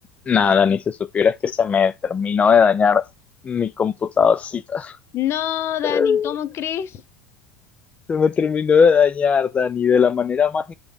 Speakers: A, on the left (about 20°); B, on the left (about 35°).
A: Nada, ni se supiera que se me terminó de dañar mi computadorcita.
B: No, Dani,
A: <laughs>
B: ¿cómo crees?
A: Se me terminó de dañar, Dani, de la manera más